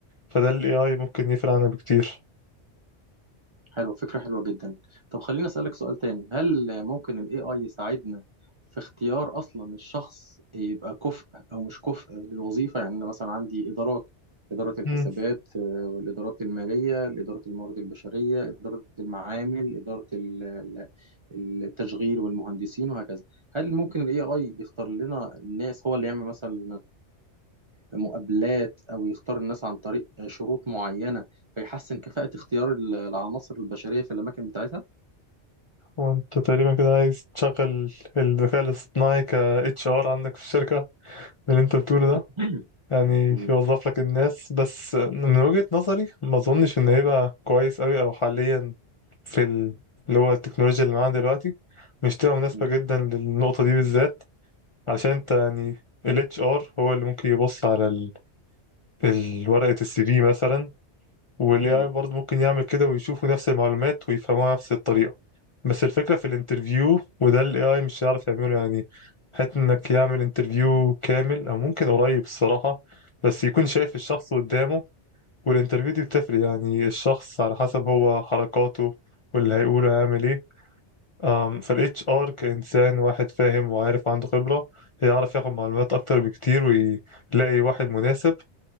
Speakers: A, on the left; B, on the right.
A: فده ال AI ممكن يفرق عنها بكتير
B: حلو فكرة حلوة جدا طب خليني أسألك سؤال تاني هل ممكن ال AI يساعدنا في اختيار أصلا الشخص يبقى كفء أو مش كفء للوظيفة يعني أنا مثلا عندي إدارات إدارة الحسابات
A: مم.
B: آه، والإدارات المالية إدارة الموارد البشرية إدارة المعامل إدارة ال- ال- التشغيل والمهندسين وهكذا هل ممكن ال AI يختار لنا الناس هو اللي يعمل مثلا مقابلات او يختار الناس عن طريق شروط معينه فيحسن كفاءه اختيار ال- العناصر البشريه في الاماكن بتاعتها
A: هو انت تقريبا كده عايز تشغل الذكاء الاصطناعي ك HR عندك في الشركة من اللي انت بتقوله ده
B: <clears throat>
A: يعني
B: مم.
A: يوظف لك الناس بس من وجهة نظري ما اظنش ان هيبقى كويس قوي او حاليا في ال... اللي هو التكنولوجيا اللي معانا دلوقتي مش تبقى مناسبة
B: مم.
A: جدا للنقطة دي بالذات علشان انت يعني ال HR هو اللي ممكن يبص على ال... ال- ورقة السي في مثلا وال
B: مم.
A: AI برضه ممكن يعمل كده ويشوفوا نفس المعلومات ويفهموها نفس الطريقة بس الفكرة في الانترفيو وده ال AI مش هيعرف يعمله يعني حتى انك يعمل انترفيو كامل او ممكن قريب الصراحة بس يكون شايف الشخص قدامه والانترفيو دي بتفرق يعني الشخص على حسب هو حركاته واللي هيقوله هيعمل ايه أم، فال HR كإنسان واحد فاهم وعارف عنده خبرة يعرف ياخد معلومات أكتر بكتير ويلاقي واحد مناسب